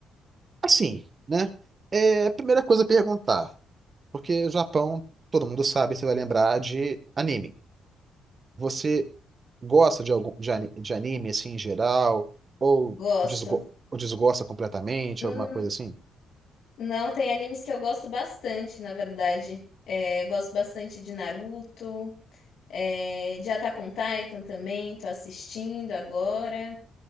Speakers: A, on the right; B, on the left.
A: Assim, né? É a primeira coisa a perguntar. Porque o Japão, todo mundo sabe, você vai lembrar de anime. Você gosta de algum de, ani- de anime assim em geral ou,
B: Gosto.
A: desgo- ou desgosta completamente,
B: Hum,
A: alguma coisa assim?
B: Não, tem animes que eu gosto bastante, na verdade. É, eu gosto bastante de Naruto, é, de Attack on Titan também, tô assistindo agora.